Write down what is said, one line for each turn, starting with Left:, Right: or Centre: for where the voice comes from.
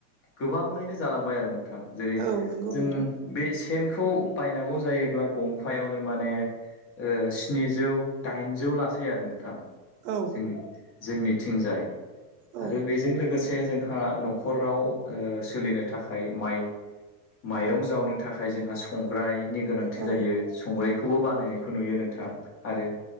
Left: गोबाङैनो जालांबाय आरो नों थां। जेरै
Right: औ नंगौ
Left: जों
Right: नोंथां
Left: बे सेन खौ बायनांगौ जायोब्ला गंफायावनो माने ओ स्निजौ दाइनजौ लासै आरो नोंथां।
Right: औ
Left: जोंनि-जोंनिथिंजाय
Right: औ
Left: आरो बेजों लोगोसे जोंहा न'खराव ओ सोलिनो थाखाय माइ माइरं जावनो थाखाय जोंहा संग्रायनि गोनांथि
Right: औ
Left: जायो। संग्रायखौबो बानायनायखौ नुयो नोंथां। आरो